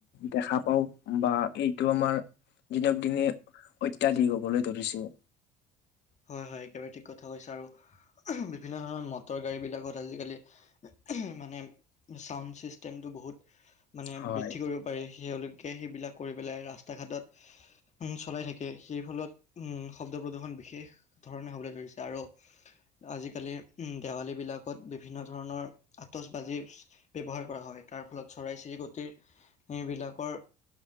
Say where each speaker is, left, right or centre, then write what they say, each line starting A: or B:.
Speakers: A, on the left; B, on the left.
A: দেখা পাও বা এইটো আমাৰ দিনক দিনে অত্যাধিক হবলৈ ধৰিছে
B: হয়, হয় একেবাৰে ঠিক কথা কৈছা আৰু বিভিন্ন ধৰণৰ মটৰ গাড়ী বিলাকত আজিকালি এম মানে ছাউণ্ড ছিষ্টেমটো বহুত মানে
A: হয়
B: বৃদ্ধি কৰিব পাৰি সে তাকে সেইবিলাক কৰি পেলাই ৰাস্তা ঘাটত চলাই থাকে সেই ফলত শব্দ প্ৰদূষণ বিশেষ ধৰণে হ'বলৈ ধৰিছে আৰু আজিকালি উ দেৱালী বিলাকত বিভিন্ন ধৰণৰ। আতচ বাজি ব্যৱহাৰ কৰা হয় তাৰ ফলত চৰাই চিৰিকটিৰ এইবিলাকৰ